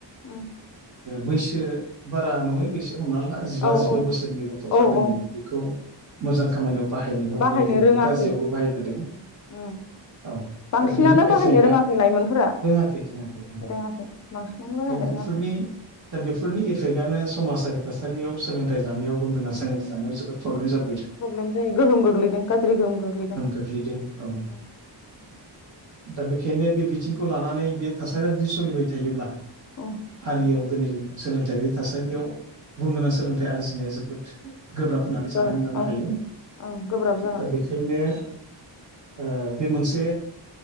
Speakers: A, on the left (about 40°); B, on the right (about 40°).
A: उम
B: बैसो बारा नङै बैसो हमना ला जिबा
A: औ
B: जिद'
A: औ
B: बोसोरनि गथ'फ्रा
A: औ
B: दिनै
A: औ
B: बेखौ मोजां खामानियाव बाहायनायनि अनगायै
A: बाहायनो
B: दिनैबो
A: रोङाखै
B: गाज्रियावबो बाहायबोदों।
A: उम उम
B: औ
A: बांसिनानो
B: दा बिनि
A: बाहायनो
B: एफेक्टआ
A: रोङाखै लाइमोनफोरा
B: रोङाखै रोङाखै
A: रोङाखै बांसिनानो बाहायनो
B: दा बेफोरनि
A: रोङाखै
B: दा बेफोरनि एफेक्टआ नो‌ समाजारि थासारियाव सोलोंथाइ लानायाव गुन गोनां सोलोंथाइ लानायाव जोबोद प्रब्लेम जाद
A: प्रब्लेम जायो गोहोम गोग्लैदों गाज्रि गोहोम गोग्लैदों।
B: खोख्लैदों औ
A: <inaudible>
B: दा बेखायनो बे बिथिंखौ लानानै बे थासारिया जुदि सोलिबाय थायोब्ला
A: औ
B: हारियाव दिनै सोलोंथाइ थासारियाव गुन गोनां सोलोंथाइ आरजिनाया जोबोद गोब्राब होननानै
A: जागोन
B: साननानै लानो
A: औ
B: हायो
A: ओं गोब्राब जागोन
B: दा बेखायनो ओ बे मोनसे